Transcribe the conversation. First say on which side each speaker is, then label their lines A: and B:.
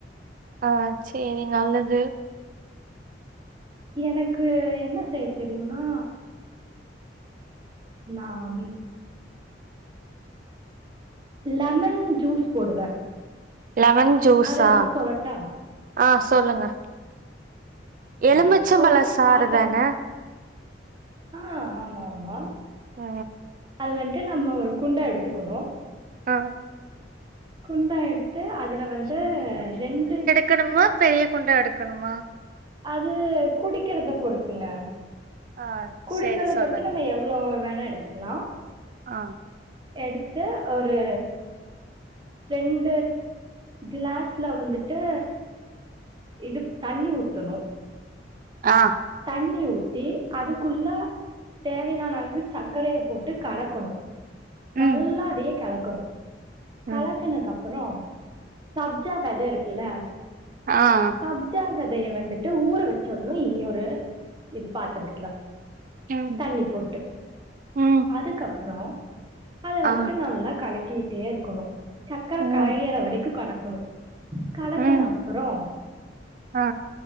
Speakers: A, on the right; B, on the right.
A: ஆ சேரி நல்லது
B: எனக்கு என்ன செய்ய தெரியும்னா நா லீவ் லெமன் ஜூஸ் போடுவே
A: லெமன் ஜூஸா
B: அது வேணா சொல்லட்டா
A: அ சொல்லுங்க எலும்பிச்சம்பழ
B: ஆ ஒரு
A: சாறு
B: பாத்தரத்து
A: தானே
B: ஆ ஆமா ஆமா
A: அ
B: அது வன்ட்டு நம்ம ஒரு குண்டா எடுத்துக்கணு
A: ஆ
B: குண்டா எடுத்து அதுல வந்து ரெண்டு
A: க்கணுமா பெரிய குண்டா எடுக்கணுமா
B: அது குடிக்கிறத பொறுத்துங்க
A: ஆ
B: குடிக்கிறத
A: சேரி சொல்லுங்க
B: பொறுத்து நம்ம எவ்ளவு வேணா எடுத்துக்கலா
A: அ
B: எடுத்து ஒரு ரெண்டு கிளாஸ்ல வந்துட்டு இதுப் தண்ணி ஊத்தணு
A: அ
B: தண்ணி ஊத்தி அதுக்குள்ள தேவையான அளவு சக்கரைய போட்டு கலக்கணு
A: ம்
B: நல்லா அதயே கலக்கணு
A: ம்
B: கலக்கனுக்கப்புறோ சப்ஜா வெத இருக்குல்ல
A: அ
B: சப்ஜா வெதய வந்துட்டு ஊற வெச்சிர்ணு இனி ஒரு இது பாத்துரத்துல
A: ம்
B: தண்ணி போட்டு
A: ம்
B: அதுக்கப்பறோ அத வன்ட்டு
A: ஆ
B: நல்லா கலக்கி டே இருக்கணு சக்கர
A: ம்
B: கரையிற வரைக்கு கறக்குணு கலக்க
A: ம்
B: அப்புறோ
A: ஆ